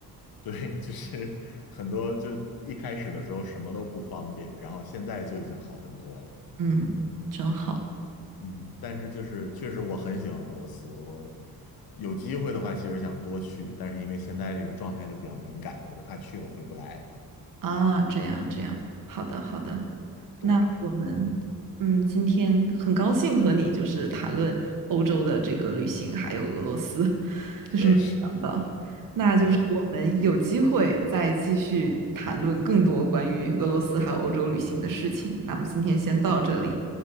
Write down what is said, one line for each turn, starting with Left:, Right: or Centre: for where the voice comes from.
Left: 对，就是很多，就一开始的时候什么都不方便，然后现在就已经好很多了。
Right: 嗯，真好
Left: 嗯，但是就是确实我很喜欢俄罗斯，我有机会的话其实想多去，但是因为现在这个状态就比较敏感，我就怕去了回不来。
Right: 啊！这样这样，好的好的，
Left: 对，
Right: 那我们嗯，今天很高兴和你就是谈论欧洲的这个旅行，还有俄罗斯。就是没有想到，
Left: 我也是，
Right: 那就是我们有机会再继续谈论更多关于俄罗斯还有欧洲旅行的事情。
Left: 很有，
Right: 那么今天先到这里，